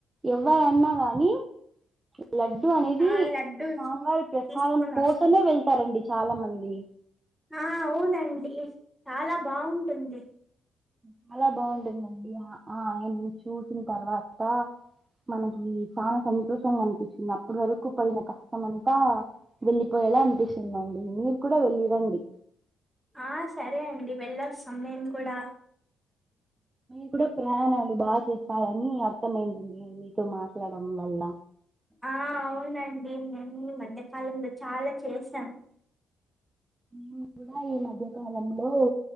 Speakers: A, on the right (about 20°); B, in the centre.
A: ఎవ్వరన్నా కాని లడ్డు అనేది
B: ఆ లడ్డూ
A: స్వామీ వారి ప్రసాదం
B: తీసుకొని
A: కోసమే
B: వస్త
A: వెళ్తారండి చాలా మంది
B: ఆ అవునండి చాలా బాగుంటుంది
A: చాలా బాగుంటుందండి ఆ ఆ ఆయన్ని చూసిన తర్వాత మనకి చాలా సంతోషంగా అనిపిస్తుంది అప్పటి వరకు పడిన కష్టం అంతా వెళ్ళిపోయేలా అనిపిస్తుందండి మీరు కూడా వెళ్ళి రండి
B: ఆ సరే అండి వెళ్ళొస్తాం నేను కూడా
A: కూడా ప్రయాణాలు బాగా చేస్తారాని అర్థమయిందండి మీతో మాట్లాడడం వల్ల
B: ఆ అవునండి నేను మధ్యకాలంలో చాలా చేసాం
A: మేము కూడా ఈ మధ్యకాలంలో